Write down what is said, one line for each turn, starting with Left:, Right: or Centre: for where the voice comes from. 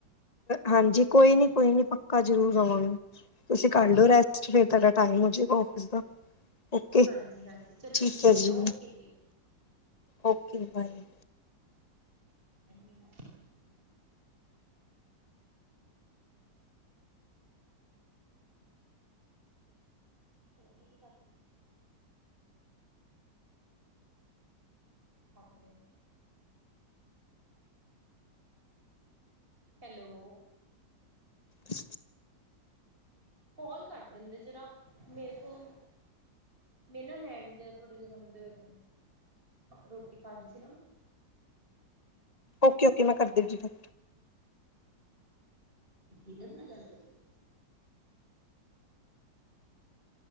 Left: ਹਾਂਜੀ, ਕੋਈ
Right: ਠੀਕ
Left: ਨੀ ਕੋਈ
Right: ਹੈ
Left: ਨੀ
Right: ਜੀ
Left: ਪੱਕਾ। ਪੱਕਾ ਜ਼ਰੂਰ ਆਵਾਂਗੇ ਤੁਸੀਂ ਕਰ ਲਓ ਰੈਸਟ, ਫਿਰ ਤੁਹਾਡਾ। ਟਾਈਮ ਹੋ ਜਾਏਗਾ ਆਫਿਸ ਦਾ, ਓਕੇ
Right: ਹਾਂਜੀ ਹਾਂਜੀ ਚਲੋ
Left: ਠੀਕ ਹੈ ਜੀ।
Right: ਓਕੇ ਜੀ
Left: ਓਕੇ, ਬਏ।
Right: ਖਨੀ ਨਾਲ <inaudible> ਜ ਹ <inaudible> ਫੋਨ ਹੀ ਨਹੀਂ ਕੱਟ ਰਹੀ। ਕੱਟ ਦੇ। ਹੈਲੋ,
Left: ਹ
Right: ਕਾਲ ਕੱਟ ਦਿੰਦੇ ਜਰਾ, ਮੇਰੇ ਕੋਲ, ਮੇਰੇ ਨਾ ਹੈਂਡ ਜਿਹੇ ਥੋੜੇ ਜਿਹੇ ਗੰਦੇ ਹੋਏ ਦੇ ਨੇ ਰੋਟੀ ਪਾ ਲਈ ਸੀ ਨਾ ਮੈਂ।
Left: ਓਕੇ ਓਕੇ, ਮੈਂ ਕਰਦੀ ਜੀ ਫੋਨ।
Right: ਕਿਦੇ ਨਾਲ ਗੱਲ ਕਰਦੀ ਏ?